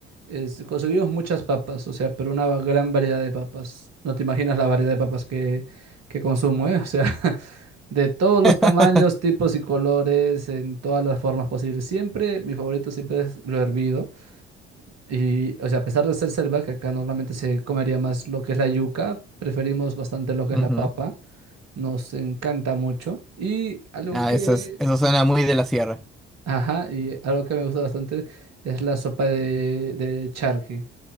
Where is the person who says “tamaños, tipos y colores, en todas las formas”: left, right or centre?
Right